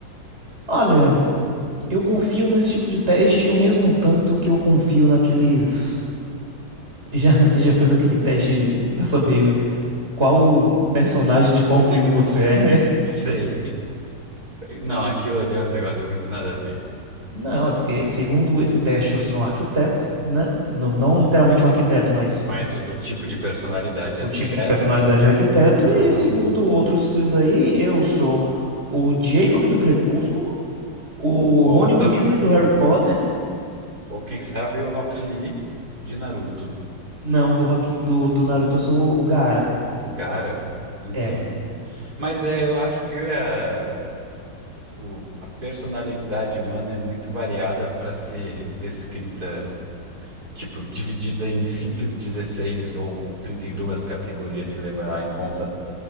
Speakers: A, on the right; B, on the right.
A: Olha, eu confio nesse tipo de teste o mesmo tanto que eu confio naqueles. Já, <laughs> você já fez aquele teste pra saber né? qual personagem de qual filme
B: <laughs>
A: você
B: S-
A: é.
B: Sei. Não, aquilo ali é um negócio muito nada a ver.
A: <laughs> Não, é porque, segundo esse teste, eu sou um arquiteto, né? Não, não literalmente um arquiteto, mas
B: Mas o, o tipo de personalidade,
A: o
B: arquiteto,
A: tipo de personalidade de arquiteto.
B: aham.
A: E segundo outras coisas aí, eu sou o Jacob do Crepúsculo, o
B: Ou
A: Rony
B: tal,
A: Weasley do Harry Potter.
B: ou quem sabe o Rock Lee de Naruto,
A: Não, do Rock, do, do Naruto eu sou o Gaara.
B: o Gaara, enfim.
A: É.
B: Mas é, eu acho que a, o- a personalidade humana é muito variada para ser descrita tipo, dividida em simples 16 ou 32 categorias, se levar em conta